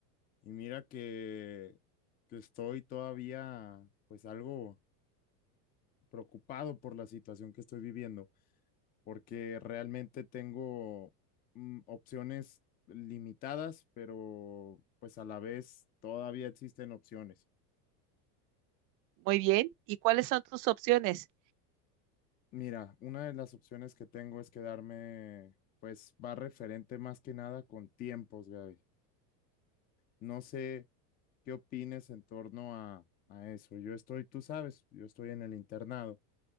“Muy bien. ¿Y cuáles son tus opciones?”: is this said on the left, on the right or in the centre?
Right